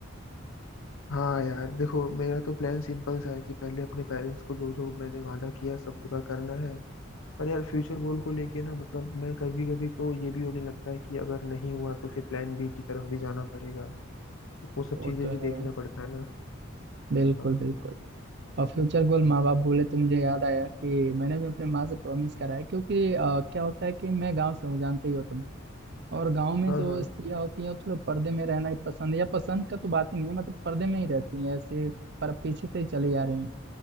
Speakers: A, on the left; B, on the right.
A: हाँ यार देखो मेरा तो प्लान सिंपल सा है कि पहले अपने पेरेंट्स को जो जो मैंने वादा किया है, सब पूरा करना है पर यार फ्यूचर गोल को लेके ना मतलब मैं कभी कभी तो ये भी होने लगता है कि अगर नहीं हुआ तो फिर प्लान बी की तरफ भी जाना पड़ेगा तो वो सब
B: वो
A: चीजें
B: तो
A: भी
B: है
A: देखना पड़ता है ना
B: बिल्कुल
A: हाँ
B: बिल्कुल और फ्यूचर गोल माँ बाप बोले तो मुझे याद आया कि मैंने भी अपने माँ से प्रॉमिस करा है क्योंकि अ, क्या होता है कि मैं गाँव से हूँ जानते ही हो तुम और गांव में
A: हाँ
B: जो
A: हाँ
B: स्त्रियां होती हैं वो थोड़े पर्दे में रहना ही पसंद है या पसंद का तो बात ही नहीं है मतलब पर्दे में ही रहती हैं ऐसे पर पीछे से ही चली जा रही हैं